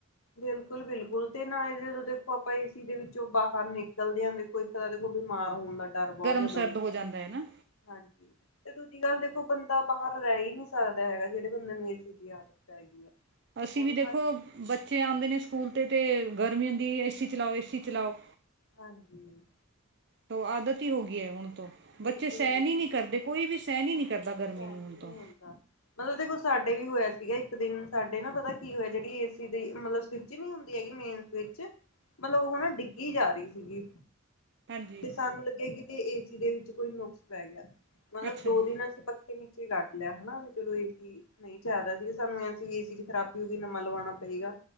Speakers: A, on the left; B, on the right.
A: ਬਿਲਕੁਲ-ਬਿਲਕੁਲ ਤੇ ਨਾ ਇਹ ਜੋਂ ਦੇਖੋ, ਆਪਾਂ ਏ ਦੇ ਵਿੱਚੋਂ ਬਾਹਰ ਨਿਕਲਦੇ ਹਾਂ ਦੇਖੋ। ਤਰ ਦੇ ਕੋਲ ਬਿਮਾਰ ਹੋਣ, ਦਾ ਡਰ ਬਹੁਤ
B: ਗਰਮ
A: ਜ਼ਿਆਦਾ
B: ਸਰਦ
A: ਰਹਿੰਦਾ।
B: ਹੋ ਜਾਂਦਾ ਹੈ ਨਾ
A: ਹਾਂਜੀ ਤੇ ਦੂਜੀ ਗੱਲ ਦੇਖੋ, ਬੰਦਾ ਬਾਹਰ ਰਹਿ ਹੀ ਨਹੀਂ ਸਕਦਾ ਹੈਗਾ, ਜਿਹੜੇ ਬੰਦੇ ਨੂੰ ਏਸੀ ਦੀ ਆਦਤ <unintelligible>
B: ਅਸੀਂ ਵੀ ਦੇਖੋ,
A: ਬਸ
B: ਬੱਚੇ ਆਉਂਦੇ ਨੇ ਸਕੂਲ ਤੇ-ਤੇ ਗਰਮੀ ਹੁੰਦੀ ਏਸੀ ਚਲਾਓ, ਏਸੀ ਚਲਾਓ।
A: ਹਾਂਜੀ,
B: ਤੋ ਆਦਤ ਹੀ ਹੋ ਗਈ ਹੈ ਹੁਣ ਤੋਂ, ਬੱਚੇ
A: ਬਿਲਕੁਲ-ਬਿਲਕੁਲ
B: ਸਹਿਣ ਹੀ ਨਹੀਂ ਕਰਦੇ। ਕੋਈ ਵੀ ਸਹਿਣ ਹੀ ਨਹੀਂ ਕਰਦਾ, ਗਰਮੀ
A: ਸਹਿਣ
B: ਨੂੰ
A: ਹੀ
B: ਹੁਣ
A: ਨਹੀਂ
B: ਤੋਂ
A: ਹੁੰਦਾ। ਮਤਲਬ ਦੇਖੋ, ਸਾਡੇ ਵੀ ਹੋਇਆ ਸੀਗਾ, ਇੱਕ ਦਿਨ ਸਾਡੇ ਨਾ ਪਤਾ ਕੀ ਹੋਇਆ, ਜਿਹੜੀ ਏ ਸੀ ਦੀ ਮਤਲਬ ਸਵਿੱਚ ਨਹੀਂ ਹੁੰਦੀ ਹੈਗੀ ਮੇਨ ਵਿਚ ਮਤਲਬ ਉਹ ਹਨਾ, ਡਿੱਗੀ ਜਾ ਰਹੀ ਸੀਗੀ।
B: ਹਾਂਜੀ
A: ਤੇ ਸਾਨੂੰ ਲੱਗਿਆ, ਕਿ ਤੇ ਏਸੀ ਦੇ ਵਿਚ ਕੋਈ ਨੁਕਸ ਪੈ ਗਿਆ, ਮਤਲਬ
B: ਅੱਛਾ
A: ਦੋ
B: ਜੀ
A: ਦਿਨ ਪੱਖੇ ਨੀਚੇ ਕੱਟ ਲਿਆ ਹਨਾ, ਵੀ ਚਲੋ ਇਹੀ ਨਹੀ ਚਾਹੀਦਾ ਸੀਗਾ, ਸਾਨੂੰ ਐਸੀ ਏਸੀ 'ਚ ਖਰਾਬੀ ਹੋਈ ਨਵਾਂ ਲਵਾਉਣਾ ਪਏਗਾ।